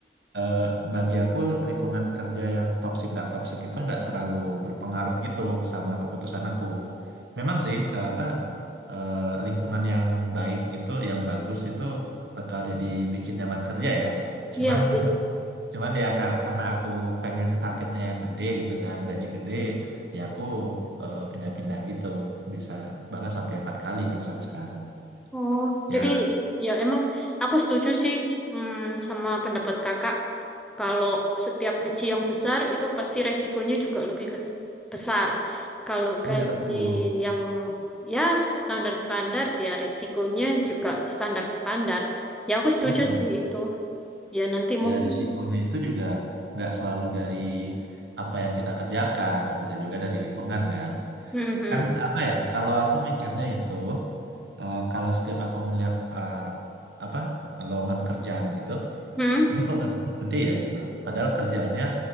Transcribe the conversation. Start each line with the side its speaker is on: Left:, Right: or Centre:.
Right: eh, bagi aku lingkungan kerja yang toksik nggak toksik itu nggak terlalu berpengaruh gitu sama keputusan aku. Memang sih ke apa eh, lingkungan yang baik gitu, yang bagus itu bakal jadi bikin nyaman kerja ya.
Centre: Iya
Right: Cuman
Centre: sih.
Right: Cuman ya kar- karena aku pengen targetnya yang gede gitu kan, gaji gede, ya aku eh, pindah-pindah gitu. Bisa bahkan sampai empat kali kan sampai sekarang.
Centre: Oh,
Right: Ya,
Centre: jadi ya emang aku setuju sih hmm, sama pendapat kakak. Kalau setiap gaji yang besar itu pasti resikonya juga lebih kes- besar. Kalau gaji
Right: iya betul.
Centre: yang ya standar-standar ya resikonya juga standar-standar. Ya aku setuju
Right: Mm-mm.
Centre: sih itu. Ya nanti mungkin
Right: Ya risikonya itu juga nggak selalu dari apa yang kita kerjakan, bisa juga dari lingkungan kan.
Centre: Mhm.
Right: Kan apa ya, kalau aku mikirnya itu, eh, kalau setiap aku ngeliat eh, apa lowongan kerjaan gitu,
Centre: Hmm,
Right: ini kok gajinya gede ya gitu. Padahal kerjaannya